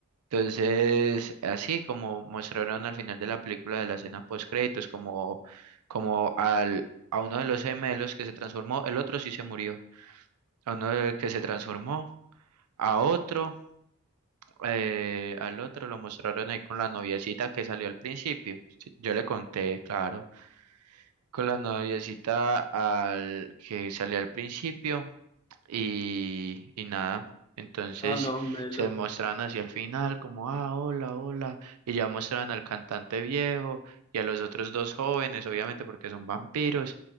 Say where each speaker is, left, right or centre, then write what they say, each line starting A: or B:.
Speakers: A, on the right; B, on the left.
A: Entonces, así como mostraron al final de la película de la escena postcréditos, como, como al, a uno de los gemelos que se transformó, el otro sí se murió, a uno de- que se transformó, a otro. eh, al otro lo mostraron ahí con la noviecita que salió al principio. Sí, Yo le conté, claro. con la noviecita al que salía al principio y, y nada. Entonces
B: Ah, no, Melo.
A: se mostraban hacia el final como, ah, hola, hola. Y ya mostraban al cantante viejo y a los otros dos jóvenes, obviamente porque son vampiros.